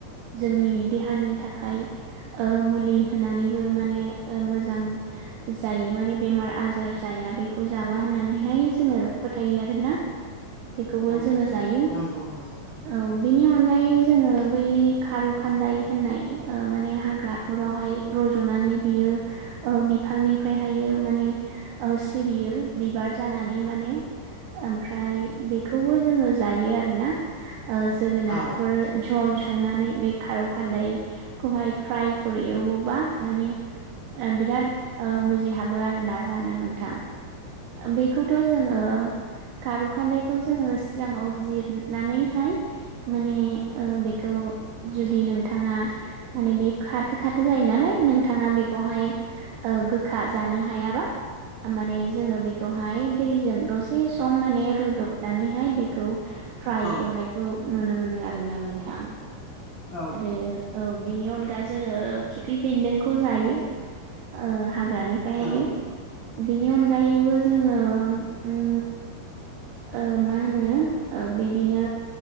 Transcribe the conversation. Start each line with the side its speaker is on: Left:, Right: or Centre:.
Right: जोंनि देहानि थाखाय ओ मुलि होनानैबो माने मोजां जायो माने बेमार आजार जाया बेखौ जाबा होननानैहाय जोङो फोथायो आरोना बेखौबो
Left: औ
Right: जोङो जायो
Left: नंगौ नंगौ
Right: औ बिनि अनगायै जोङो बै खार' खान्दाय होननाय ओ माने हाग्राफोरावहाय रज'नानै बियो ओ बिफांनिफ्रायहायो माने ओ सिरियो बिबार जानानै माने ओमफ्राय बेखौबो जोङो जायो आरोना ओ जोगोनारफोर
Left: औ औ
Right: झल संनानै बे खार' खान्दायखौहाय फ्राय फोर एवोबा माने ओ बिराद ओ मुजि हाबो आरोना जानो नोंथां बेखौथ' जोङो खार खान्दाइखौ जोङो सिगाङाव जिरनानैहाय माने ओ बेखौ जुदि नोंथाङा माने बेयो खाथो खाथो जायो नालाय नोंथाङा बेखौहाय गोखा जानो हायाबा माने जोङो बेखौहाय दैजों दसे सम माने रुदबनानैहाय बेखौ फ्राय
Left: औ
Right: एवनायखौ नुनो मोनो आरोना नोंथां।
Left: औ
Right: आरो औ बेनि उनाव दा जोङो खिफि बेन्दोंखौ जायो ओ हाग्रानिफ्रायहायो
Left: औ
Right: बिनि अनगायैबो जोङो उम ओ मा होनो ओ बिदिनो